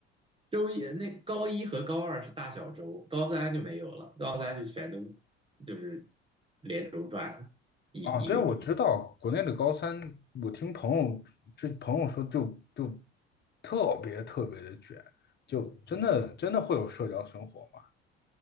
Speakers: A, on the right (about 15°); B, on the left (about 30°).
A: 周一那高一和高二是大小周，高三就没有了，高三就全都就是连轴转一一个。
B: 啊。对，我知道国内的高三，我听朋友这朋友说就就特别特别的卷，就真的真的会有社交生活吗？